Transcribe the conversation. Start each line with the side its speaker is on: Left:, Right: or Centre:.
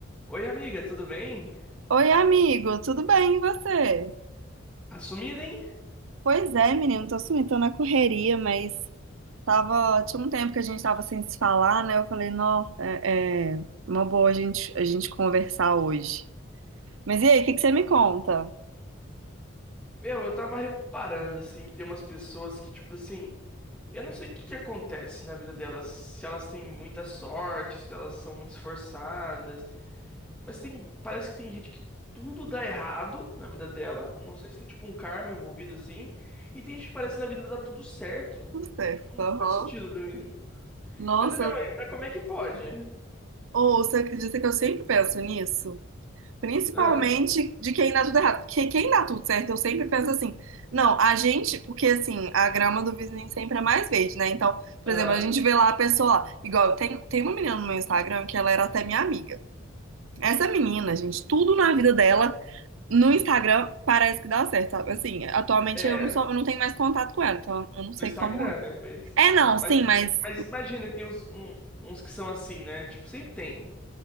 Centre: Oi, amiga, tudo bem?
Right: Oi, amigo, tudo bem e você?
Centre: Tá sumida, hein?
Right: Pois é, menino, tô sumindo, tô na correria, mas tava, tinha um tempo que a gente tava sem se falar, né? Eu falei, não, é, é uma boa a gente, a gente conversar hoje. Mas e aí, o que que você me conta?
Centre: Meu, eu tava reparando, assim, que tem umas pessoas que, tipo assim, eu não sei o que que acontece na vida delas, se elas têm muita sorte, se elas são muito esforçadas, mas tem, parece que tem gente que tudo dá errado na vida dela, não sei se tem, tipo, um karma envolvido, assim, e tem gente que parece que na vida dá tudo certo,
Right: Tudo Certo,
Centre: tipo, não
Right: aham.
Centre: faz sentido pra mim.
Right: Nossa,
Centre: Pensa, meu,
Right: eu-
Centre: mas mas como é que pode?
Right: ou você acredita que eu sempre penso nisso? Principalmente
Centre: Ah,
Right: de quem dá tudo errado. Porque quem dá tudo certo, eu sempre penso assim, não, a gente, porque assim, a grama do vizinho sempre é mais verde, né? Então, por
Centre: aham,
Right: exemplo, a gente vê lá a pessoa lá, igual tem, tem uma menina no meu Instagram que ela era até minha amiga. Essa menina, gente, tudo na vida dela no Instagram parece que dá certo, sabe? Assim, atualmente
Centre: É.
Right: eu não sou, eu não tenho mais contato com ela, então eu não sei
Centre: No Instagram,
Right: como
Centre: né? Mas,
Right: é. É, não,
Centre: mas,
Right: sim, mas
Centre: mas imagina que tem uns, um- uns que são assim, né? Tipo, sempre tem.